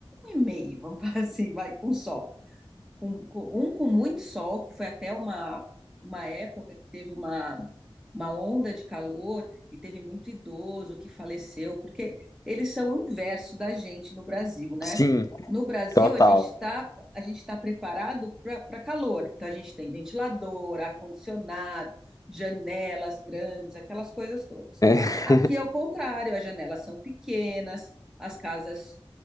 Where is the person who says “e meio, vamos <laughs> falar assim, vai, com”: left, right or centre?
Centre